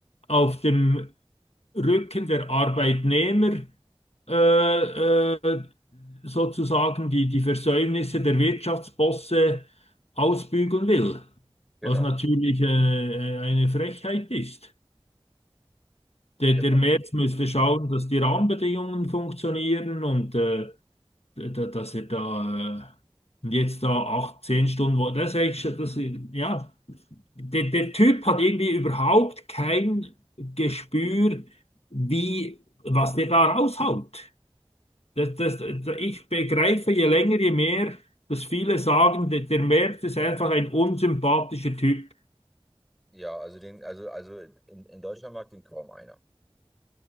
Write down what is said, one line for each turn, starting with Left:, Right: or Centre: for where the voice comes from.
Left: auf dem Rücken der Arbeitnehmer äh, äh, sozusagen die, die Versäumnisse der Wirtschaftsbosse ausbügeln will,
Centre: Genau.
Left: was natürlich äh, äh, eine Frechheit ist. Der,
Centre: Genau.
Left: der Merz müsste schauen, dass die Rahmenbedingungen funktionieren und äh, da- dass er da äh, und jetzt da acht, zehn Stunden, wo, das ist eigentlich, schon- das, ist- ja, der, der Typ hat irgendwie überhaupt kein Gespür, wie, was der da raushaut. Das, das, ich begreife je länger, je mehr, dass viele sagen, der, der Merz ist einfach ein unsympathischer Typ.
Centre: Ja, also den, also, also in, in Deutschland mag den kaum einer.